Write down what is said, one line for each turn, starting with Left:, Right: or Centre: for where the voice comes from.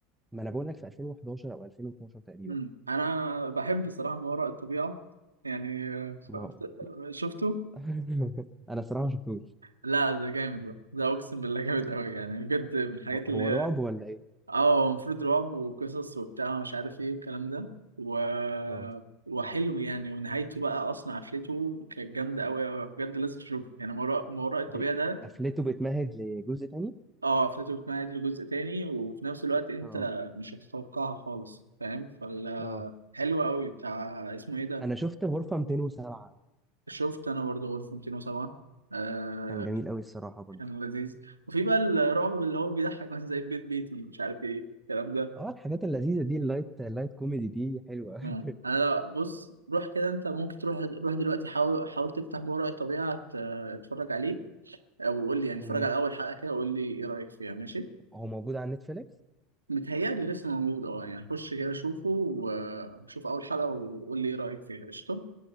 Centre: ما انا بقول لك في 2011 او 2012 تقريبا
Right: امم انا بحب بصراحه ما وراء الطبيعه يعني آه،
Centre: ما
Right: ف- شفته
Centre: <laughs> انا صراحه ما شفتوش
Right: لا ده جامد بقى ده اقسم بالله جامد قوي يعني بجد من الحاجات
Centre: هو هو
Right: اللي هي
Centre: رعب ولا ايه
Right: اه هو المفروض رعب وقصص وبتاع ومش عارف ايه والكلام ده و...
Centre: اه
Right: وحلو يعني ونهايته بقى اصلا قفلته كانت جامده قوي قوي بجد لازم تشوفه يعني ما وراء ما وراء الطبيعه
Centre: ب...
Right: ده
Centre: قفلته بتمهد لجزء تاني
Right: اه قفلته بتمهد لجزء تاني وفي نفس الوقت انت
Centre: اه
Right: مش هتتوقعها خالص فاهم فال
Centre: اه
Right: حلو قوي بتاع اسمه ايه ده
Centre: انا شفت غرفه 207
Right: شفت انا برضه غرفه 207 آه
Centre: كان جميل قوي الصراحه برضه
Right: كان لذيذ وفي بقى الرعب اللي هو بيضحك مثلا زي بيت بيتي مش عارف ايه الكلام ده
Centre: اه الحاجات اللذيذه دي اللايت اللايت كوميدي دي حلوه
Right: مم.
Centre: أوي.
Right: انا لو بص روح كده انت ممكن تروح روح دلوقتي حاول حاول تفتح ما وراء الطبيعه ت- اتفرج عليه او قول
Centre: <laughs>
Right: لي يعني
Centre: تمام
Right: اتفرج على اول حلقه كده وقول لي ايه رايك فيها ماشي
Centre: هو موجود على نتفليكس
Right: متهيألي لسه موجود اه يعني خش كده شوفه وشوف اول حلقه وقول لي ايه رايك فيها قشطه